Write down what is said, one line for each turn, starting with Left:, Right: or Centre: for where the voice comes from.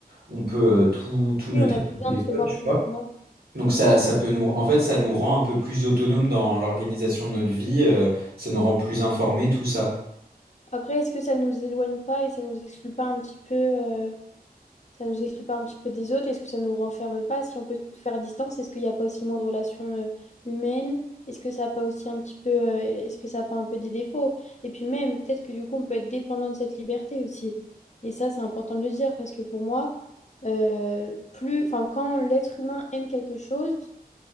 Right: on peut euh, tout, tout noter
Left: Oui, on a
Right: sur
Left: plus
Right: le
Left: besoin
Right: téléphone,
Left: de se voir
Right: tu
Left: physiquement.
Right: vois. Donc ça, ça peut nous, en fait, ça nous rend un peu plus autonomes dans l'organisation de notre vie, euh, ça nous rend plus informés, tout ça.
Left: Après, est-ce que ça nous éloigne pas et ça nous exclut pas un petit peu euh, Ça nous exclut pas un petit peu des autres? Est-ce que ça nous renferme pas? Si on peut tout faire à distance, est-ce qu'il n'y a pas aussi moins de relations euh, humaines? Est-ce que ça n'a pas aussi un petit peu, euh, est-ce que ça n'a pas un peu des défauts? Et puis même, peut-être que du coup, on peut être dépendant de cette liberté aussi. Et ça, c'est important de le dire parce que pour moi, euh, plus, enfin, quand l'être humain aime quelque chose,